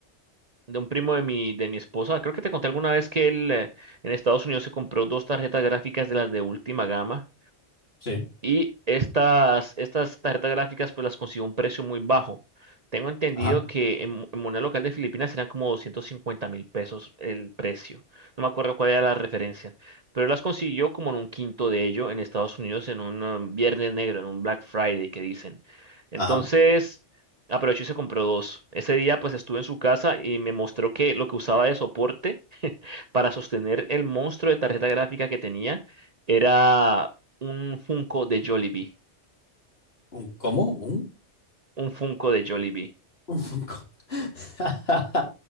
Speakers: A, on the right (about 40°); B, on the left (about 55°).
A: de un primo de mi, de mi esposa, creo que te conté alguna vez que él eh, en Estados Unidos se compró dos tarjetas gráficas de las de última gama
B: Sí.
A: Y estas, estas tarjetas gráficas pues las consiguió a un precio muy bajo. Tengo entendido
B: Ajá.
A: que en, en moneda local de Filipinas eran como doscientos cincuenta mil pesos el precio. No me acuerdo cuál era la referencia. Pero las consiguió como en un quinto de ello en Estados Unidos en un um, viernes negro, en un Black Friday que dicen. Entonces
B: Ajá.
A: aprovechó y se compró dos. Ese día pues estuve en su casa y me mostró que lo que usaba de soporte para sostener el monstruo de tarjeta gráfica que tenía era un Funko de Jollibee.
B: ¿Un cómo? ¿Un?
A: Un Funko de Jollibee.
B: Un Funko. <laughs>